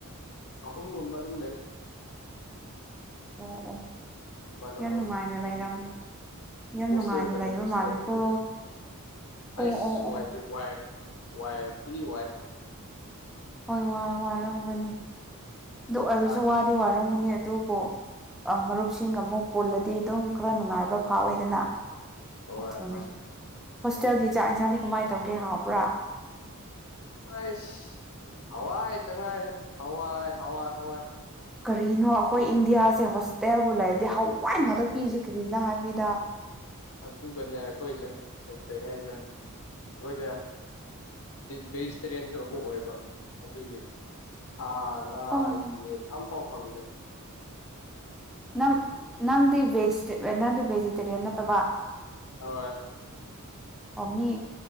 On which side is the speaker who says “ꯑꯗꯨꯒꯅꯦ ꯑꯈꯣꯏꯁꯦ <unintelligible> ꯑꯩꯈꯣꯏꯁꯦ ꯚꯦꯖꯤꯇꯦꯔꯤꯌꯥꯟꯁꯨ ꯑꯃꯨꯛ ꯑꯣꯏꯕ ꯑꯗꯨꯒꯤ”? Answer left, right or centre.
Left